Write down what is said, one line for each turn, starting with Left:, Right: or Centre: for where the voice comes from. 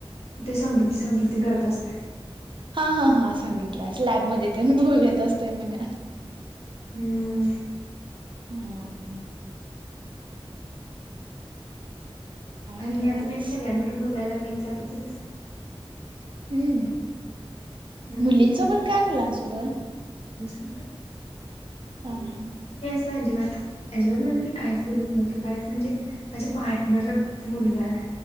Left: ते समृद्धी, समृद्धी, करत असतय.
Right: हा, हा, हां सांगितलं लॅबमध्ये, ते बोलत असते म्हणे
Left: हम्म
Right: हम्म, हम्म, काय नाही
Left: मी
Right: उगच
Left: आता मेन, मीच बोलायला मी चालू केलं.
Right: हम्म
Left: हम्म
Right: मुलींसोबत काय, मुलांसोबत
Left: सोबत <unintelligible>
Right: हा, हा
Left: अजिबात, अजिबात म्हणे मी काहीच बोलत नव्हतो. तू काय म्हणजे, माझा पार्टनर मुलगा आहे.